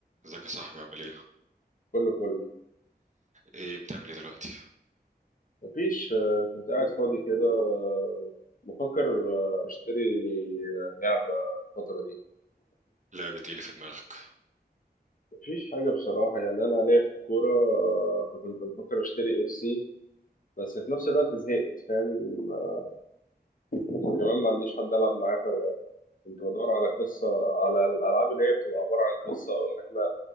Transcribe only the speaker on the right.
ازيك يا صاحبي عامل ايه؟
ايه بتعمل ايه دلوقتي؟
لعبة ايه اللي في دماغك؟